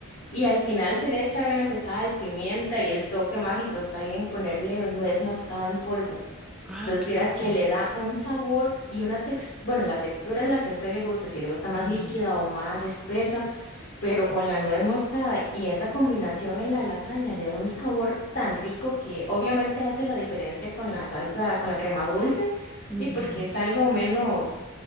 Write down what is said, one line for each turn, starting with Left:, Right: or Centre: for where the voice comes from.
Left: Y al final se le echa obviamente sal, pimienta y el toque mágico está ahí en ponerle nuez moscada en polvo.
Centre: Ay,
Left: Entonces
Centre: qué
Left: viera
Centre: rico.
Left: que le da un sabor y una textura, bueno, la textura es la que a usted le guste, si le gusta más
Centre: Ujú,
Left: líquida o más espesa, pero con la nuez moscada y esa combinación en la lasaña le da un sabor tan rico que obviamente hace la diferencia con la salsa, con la crema dulce,
Centre: ujú,
Left: y porque es algo menos,